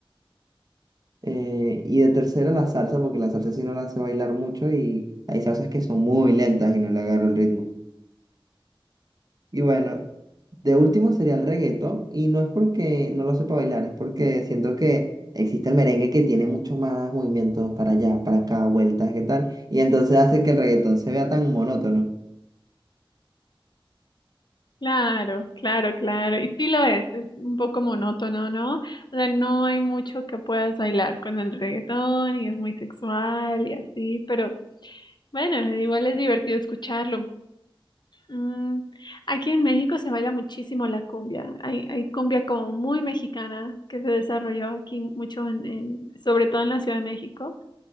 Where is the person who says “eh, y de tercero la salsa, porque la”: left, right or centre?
Right